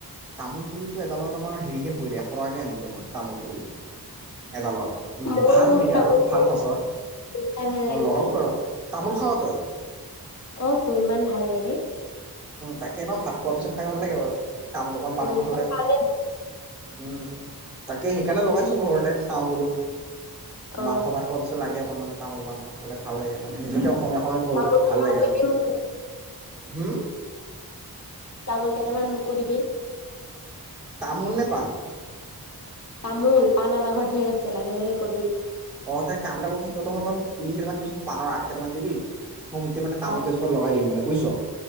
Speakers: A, in the centre; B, on the left (about 45°).
A: তামোল পুলিটো এডালত আমাৰ হেৰিকে। পৰিলে এশৰাকৈ আনিলোঁ মই তামোল পুলি এডালত
B: ময়ো
A: ভাল
B: ৰুম
A: হেৰি
B: তামোল
A: আৰু
B: পুলি
A: ভাল খচৰ
B: চাই ভাল লাগে
A: অঁ লগাব
B: যে।
A: পাৰ। তামোল খাওঁ তই।
B: অ তোৰ ইমান ভাল লাগে।
A: তাকে ন ভাত খোৱাৰ পিছত খাই ভাল লাগে বাৰু। তামোল অকণ পাণ
B: উম,
A: অকণ হ'লে।
B: তই পাৰে
A: উম তাকে সেইকাৰণে লগাইছো ঘৰতে খাওঁ বোলো।
B: অ'
A: মাংস ভাত খোৱাৰ পিছত লাগে অকনমান। তামোল পানখন খালে ভা ভাল লাগে মানে নিজকে অসমীয়া অসমীয়া কৰো
B: তামোল কেইটামান
A: ভাল লাগে আৰু
B: দিবি মোকো
A: হুম
B: তামোল কেইটামান মোকো দিবি
A: তামোল নে পান
B: তামোল পাণ আমাৰ ঘৰত ঢেৰ আছে লাগে যদি কবি
A: অ তাই কাম এটা কৰিবিচোন তহতৰ ঘৰৰ পৰা মোক পুলি কেইটামান দিবিচোন পানৰ আগ কেইটামান দিবি মই গোটেই মানে তামলকেইজোপাত
B: অ'
A: লগাই দিম মানে বুইছ